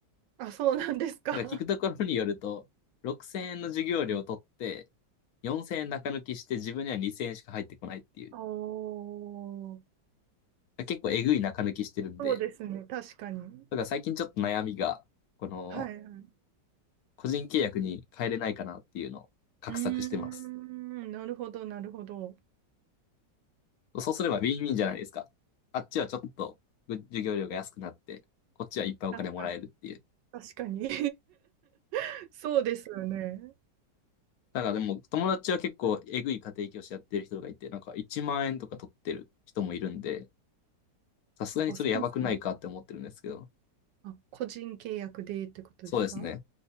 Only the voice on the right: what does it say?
あ、そうなんですか。
おおー、
そうですね。確かに。
はいはい。
うーん、なるほど、なるほど。
確かに。確かに。<laughs> そうですよね。
あ、そうなんだ。あ、個人契約でってことですか